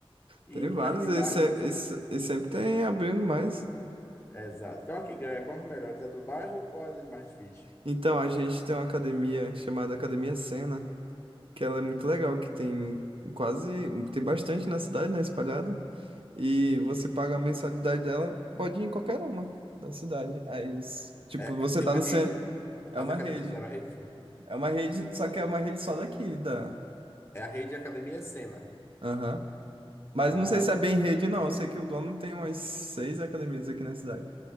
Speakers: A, on the left; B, on the right.
A: E,
B: Tem vários
A: e as de
B: e,
A: bairro,
B: se-
A: quais são?
B: e se- e sempre tem abrindo mais.
A: Exato. Qual é que ganha? Qual é a melhores? A do bairro ou a da Smart Fit?
B: Então, a gente tem uma academia chamada Academia Sena, que ela é muito legal, que tem quase, tem bastante na cidade, né, espalhada. E você paga a mensalidade dela, pode ir em qualquer uma da cidade. Aí, s- tipo,
A: É,
B: você
A: tem
B: tá
A: uma
B: no
A: rede.
B: centro, é
A: As
B: uma
A: academias
B: rede.
A: fizeram a rede, foi?
B: É uma rede, só que é uma rede só daqui, da...
A: É a rede Academia Sena.
B: Aham. Mas
A: Ah,
B: não sei se
A: ok.
B: é bem rede, não. Eu sei que o dono tem umas seis academias aqui na cidade.